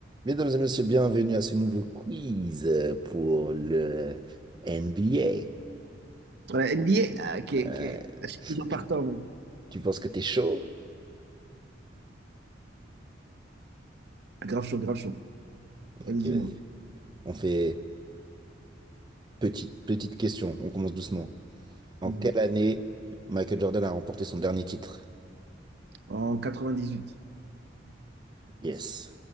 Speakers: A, on the right (about 25°); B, on the right (about 55°).
A: Mesdames et messieurs, bienvenue à ce nouveau quiz euh, pour le NBA.
B: Voilà, NBA, ah, ok,
A: Euh,
B: ok. Ah, Je suis
A: est-ce
B: toujours
A: que tu,
B: partant, mec.
A: tu penses que t'es chaud?
B: Ah, grave chaud, grave chaud.
A: Ok,
B: Allez, dis-moi.
A: vas-y. On fait petite, petite question. On commence doucement. En
B: Mhm.
A: quelle année Michael Jordan a remporté son dernier titre?
B: En 98.
A: Yes.